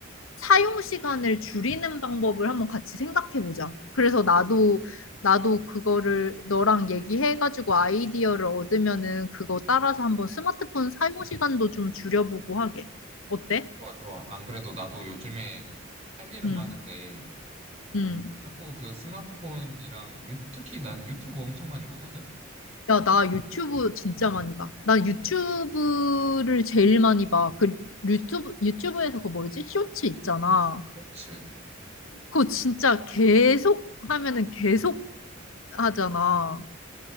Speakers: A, on the left; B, on the right.
A: 사용 시간을 줄이는 방법을 한번 같이 생각해 보자. 그래서 나도 나도 그거를 너랑 얘기해가지고 아이디어를 얻으면은 그거 따라서 한번 스마트폰 사용 시간도 좀 줄여보고 하게. 어때?
B: 좋아, 좋아. 안 그래도 나도 요즘에 할 일은
A: 음,
B: 많은데
A: 음.
B: 자꾸 그 스마트폰이랑 유, 특히 난 유튜브 엄청 많이 보거든?
A: 야, 나 유튜브 진짜 많이 봐. 난 유튜브를 제일 많이 봐. 그 유튜브 유튜브에서 그거 뭐지? 쇼츠 있잖아.
B: 쇼츠.
A: 그거 진짜 계속 하면은 계속 하잖아.
B: 맞아.